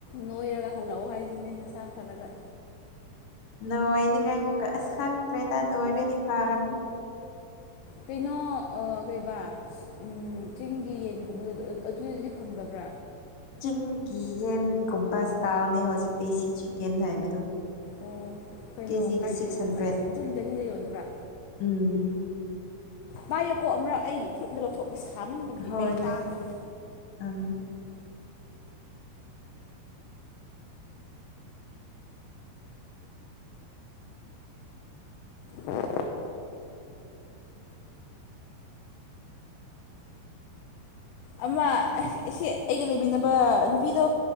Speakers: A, on the left (about 85°); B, on the left (about 65°).
A: ꯅꯣꯏꯔꯒ ꯍꯜꯂꯛꯑꯣ ꯍꯥꯏꯁꯤꯅꯦ ꯅꯁꯥ ꯐꯔꯒ
B: ꯅꯣꯏꯅꯤꯉꯥꯏꯃꯨꯛꯀ ꯑꯁ ꯈꯪꯗ꯭ꯔꯦꯗ ꯅꯣꯏꯔꯗꯤ ꯐꯥꯔꯕꯅꯦ
A: ꯀꯩꯅꯣ ꯑ ꯀꯩꯕꯥ ꯎꯝ ꯆꯤꯡꯒꯤ ꯌꯦꯟꯒꯨꯝꯕꯗꯨ ꯑꯗꯨꯗꯗꯤ ꯐꯪꯗꯕ꯭ꯔꯥ
B: ꯆꯤꯡꯒꯤ ꯌꯦꯟꯒꯨꯝꯕ ꯏꯁꯇꯥꯜꯅꯦ ꯍꯧꯖꯤꯛ ꯗꯦꯁꯤ ꯆꯤꯛꯀꯟ ꯍꯥꯏꯕꯗꯣ
A: ꯑꯣ ꯀꯩꯅꯣ
B: ꯀꯦꯖꯤꯗ
A: ꯀꯥꯏꯗꯩ
B: ꯁꯤꯛꯁ ꯍꯟꯗ꯭ꯔꯦꯠ
A: ꯍꯥꯏꯕ ꯑꯗꯨꯝ ꯗꯦꯜꯗ ꯌꯣꯟꯕ꯭ꯔꯥ
B: ꯎꯝ
A: ꯄꯥꯏꯌꯨꯀꯣ ꯑꯃꯨꯔꯛ ꯑꯩ ꯐꯨꯔꯨꯞꯅ ꯂꯧꯊꯣꯛꯀꯦ ꯁꯥꯃꯟꯕꯒꯤ
B: ꯍꯣꯏ
A: ꯑꯩ
B: ꯍꯣꯏ
A: ꯇꯥꯗ꯭ꯔꯦ
B: ꯎꯝ
A: ꯎꯝ ꯑꯃ ꯑꯁꯤ ꯑꯁꯤ ꯑꯩꯒ ꯂꯩꯃꯤꯟꯅꯕ ꯅꯨꯄꯤꯗꯣ